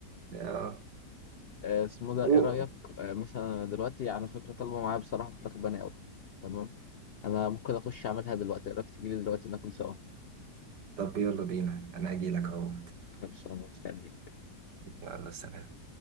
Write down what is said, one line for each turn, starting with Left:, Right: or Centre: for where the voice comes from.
Right: آه.
Left: آه، اسمه ده
Right: أوه.
Left: ايه رأيك آه، مثلا أنا دلوقتي على فكرة طالبة معايا بصراحة فراخ بني قوي تمام انا ممكن اخش اعملها دلوقتي ايه رأيك تيجي لي دلوقتي ناكل سوا
Right: طب يلا بينا أنا أجيلك أهو
Left: خلص انا مستنيك
Right: يلا سلام